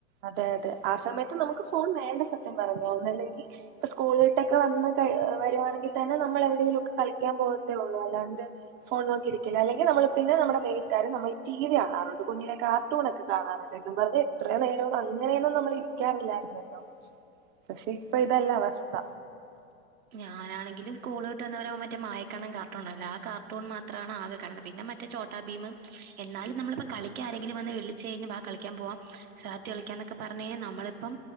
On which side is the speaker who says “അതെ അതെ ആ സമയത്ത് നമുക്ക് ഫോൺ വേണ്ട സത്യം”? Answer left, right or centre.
Right